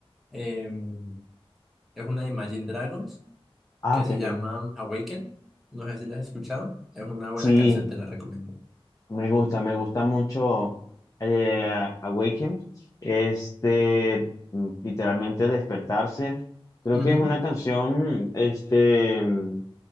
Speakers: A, in the centre; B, on the left.
A: em, es una de Imagine Dragons
B: Ah,
A: que
B: ok,
A: se
B: ok.
A: llama Awaken. No sé si la has escuchado. Es una buena
B: Sí,
A: canción, te la recomiendo.
B: Me gusta, me gusta mucho eh, Awaken, este, mm, literalmente despertarse. Creo
A: Ujú.
B: que es una canción, este, mm,